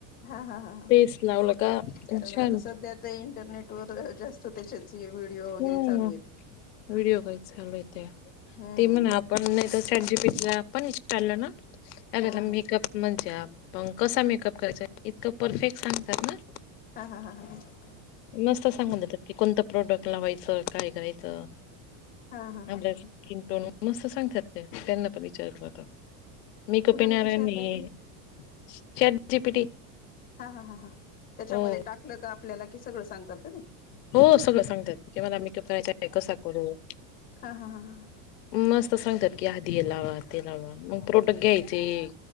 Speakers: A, on the left (about 20°); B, on the left (about 85°).
A: हा-हा, हा-हा,
B: तेच लावलं का
A: कारण
B: छान
A: आता सध्या इंटरनेट वर जास्त त्याचेच व्हिडिओ वगैरे
B: हम्म
A: चालू येत.
B: व्हिडिओ काही चालू आहे त्या
A: हम्म
B: ते म्हण? पण नाही तर चॅट जीपीटीला पण चाल नां आपल्याला,
A: हा हा हा
B: मेकअप म्हणजे मग कसा मेकअप करायचा, इतकं परफेक्ट सांगतात ना!
A: हा-हा, हा-हा.
B: मस्त सांगून देत की, कोणतं प्रोडक्ट लावायचं, काय करायचं.
A: हा हा
B: आपल्या
A: हा हा
B: किंटो मस्त सांगतात त्या, त्यानां पण विचारलं आता. मेकअप
A: कुणाला
B: आणि
A: विचारलं की
B: <unintelligible> चॅट जीपीटी
A: हा-हा, हा-हा. त्याच्यामध्ये
B: हो
A: टाकलं का आपल्याला की सगळं सांगतात? का ते
B: हो, सगळं सांगतात की, मला मेकअप करायचं आहे, कसा करू?
A: हा हा हा हा
B: मस्त सांगतात की, आधी हे लावा, ते लावा, मग प्रोडक्ट घ्यायचे.